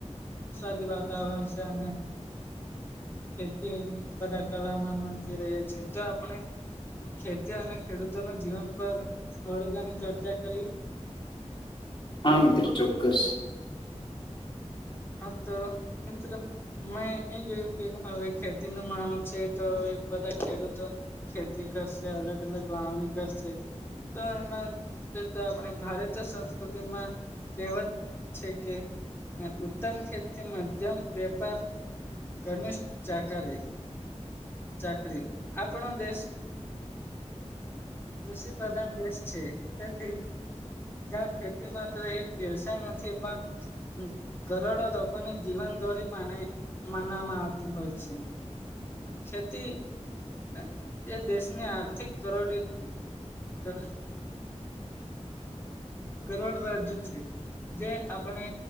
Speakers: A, on the left; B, on the left.
A: વરસાદી વાતાવરણ છે, અને ખેતી બધા કરવામાં માંગી રહ્યા છીએ તો આપણે ખેતી અને ખેડૂતોના જીવન પર થોડી ઘણી ચર્ચા કરીએ
B: હા મિત્ર ચોક્કસ
A: હ તો મિત્ર મેં એ જોયું કે હવે ખેતીનો માલ છે તો બધા ખેડૂતો ખેતી કરતા. કરશે અલગ અલગ વાવણી કરશે. તો એમાં આપણે ભારતીય સંસ્કૃતિમાં કહેવત છે કે ઉત્તમ ખેતી, મધ્યમ વેપાર, ઘનિષ્ઠ જાકારી, ચાકરી આપણો દેશ કૃષિ પ્રધાન દેશ છે તેથી જ્યાં ખેતીમાંત્ર એક વ્યવસાય નથી પણ કરોડો લોકોની જીવન દોરી‌ માનાય માનવામાં આવતી હોય છે. ખેતીએ દેશની આર્થિક કરોડી કર કરોડ રાજ્ય જ છે. જે આપણે